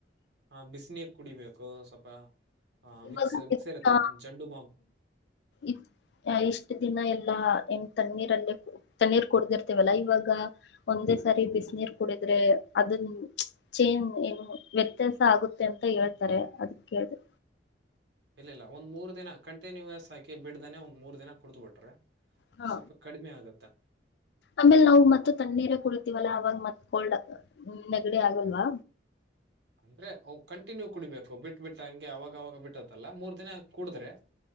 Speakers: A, on the right; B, on the left.
A: ಹಾ ಬಿಸ ನೀರ್ ಕುಡಿಬೇಕು ಸ್ವಲ್ಪ ಆ
B: ಇವಾಗ
A: ವಿಕ್ಸ್ ವಿಕ್ಸ
B: ಎತ್ತ
A: ಇರುತ್ತಲ್ಲ ಜಂಡು ಬಾಂಬ್.
B: ಇತ್ ಇಷ್ಟ ದಿನ ಎಲ್ಲಾ ಏನ್ ತಣ್ಣೀರಲ್ಲೇ ತಣ್ಣೀರ್ ಕುಡ್ದಿರ್ತೇವಲ್ಲಾ ಇವಾಗ. ಒಂದೇ ಸಾರಿ ಬಿಸ ನೀರ್ ಕುಡಿದ್ರೆ ಅದನ್ ಚೇನ್ ಏನು ವ್ಯತ್ಯಾಸ ಆಗುತ್ತೆ ಅಂತ ಹೇಳ್ತಾರೆ ಅದುಕೆಲ್ದೆ.
A: ಇಲ್ಲ ಇಲ್ಲ ಒಂದ್ ಮೂರ್ ದಿನ ಕಂಟಿನ್ಯೂಸ್ ಹಾಕಿ ಬಿಡ್ದಾನೆ ಒಂದ್ ಮೂರ್ ದಿನ ಕುಡ್ದೂ ಬಿಟ್ರೆ.
B: ಹಾ
A: ಸ್ವಲ್ಪ ಕಡಿಮೆ ಆಗತ್ತೇ.
B: ಆಮೇಲ್ ನಾವು ಮತ್ತ ತಣ್ಣೀರ ಕುಡತಿವಲ್ಲ ಅವಾಗ ಮತ್ ಕೋಲ್ಡ್ ನೆಗಡಿ ಆಗಲ್ವಾ.
A: ಅಂದ್ರೆ ಕಂಟಿನ್ಯೂ ಕುಡಿಬೇಕು ಬಿಟ್ಟ ಬಿಟ್ಟ ಹಂಗೆ ಅವಾಗ ಅವವಾಗ ಬಿಟ್ಟತ್ತಲ್ಲ ಮೂರ್ ದಿನ ಕುಡಿದ್ರೆ.